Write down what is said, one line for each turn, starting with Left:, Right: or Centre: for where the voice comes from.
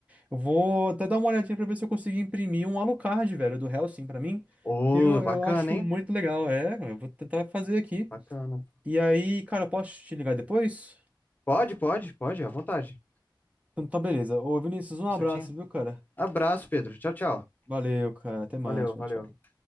Right: Eu vou até dar uma olhadinha pra ver se eu consigo imprimir um Alucard, velho, do Hellsing pra mim,
Left: Ô,
Right: que eu,
Left: bacana,
Right: eu acho
Left: hein?
Right: muito legal. É, eu vou tentar fazer aqui.
Left: Bacana.
Right: E aí, cara, eu posso te ligar depois?
Left: Pode, pode, pode, à vontade.
Right: Então tá, beleza. Ô, Vinícius, um abraço,
Left: Certinho.
Right: viu, cara?
Left: Abraço, Pedro. Tchau, tchau.
Right: Valeu, cara. Até mais.
Left: Valeu,
Right: Tchau,
Left: valeu.
Right: tchau.